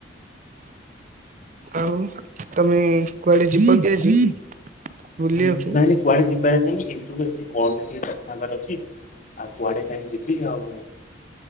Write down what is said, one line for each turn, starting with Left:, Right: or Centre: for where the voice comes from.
Right: ଆଉ ତମେ କୁଆଡେ ଯିବ କି ଆଜି? ବୁଲିବାକୁ?
Left: ହୁଁ ନାଇଁ କୁଆଡେ ଯିବାର ନାଇଁ ଏଇ ସବୁ ଏମତି କଲ ରେ ଟିକେ କଥା ହେବାର ଅଛି ଆଉ କୁଆଡେ କାହିଁ ଯିବି ଆଉ